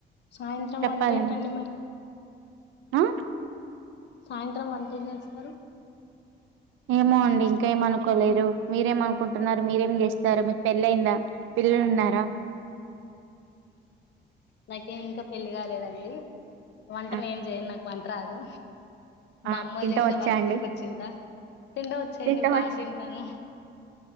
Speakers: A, on the left (about 60°); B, on the right (about 80°).
A: సాయంత్రం
B: చెప్పాలండి
A: వంట ఏంటండి మరి
B: ఆ
A: సాయంత్రం వంట ఏం చేస్తారు
B: ఏమో అండి ఇంకా ఏం అనుకోలేదు మీరేం అనుకుంటున్నారు మీరేం చేస్తున్నారు మీకు పెళ్లి అయిందా పిల్లలు ఉన్నారా
A: నాకేం ఇంకా పెళ్లిి కాలేదండి వంట
B: ఆ
A: నేన్ జెయ్యను నాకు వంట రాదు. మా
B: ఆ
A: అమ్మోళ్ళు
B: తింటం
A: చేస్తే
B: వచ్చా
A: బా తిని
B: అండి
A: కూర్చుంట తింటం వచ్చండి
B: తింటం
A: బా
B: వచ్చు
A: తింటాను